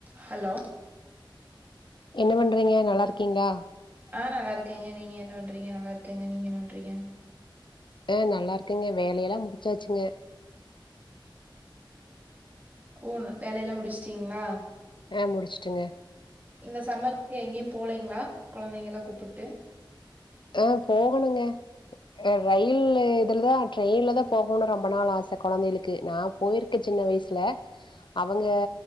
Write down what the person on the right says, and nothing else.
Hello
ஆ நல்லா இருக்கேங்க நீங்க என்ன பண்றீங்க நல்லா இருக்கங்க நீங்க என்ன பண்றீங்க
ஓ வேல எல்லா முடிச்ட்டீங்ளா
இந்த சம்மருக்கு எங்கேயும் போலேங்ளா கொழந்தைங்கள கூப்புட்டு